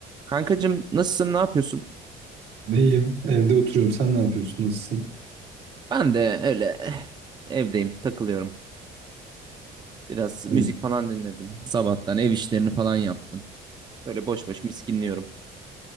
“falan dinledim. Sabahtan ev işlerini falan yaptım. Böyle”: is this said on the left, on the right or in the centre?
Right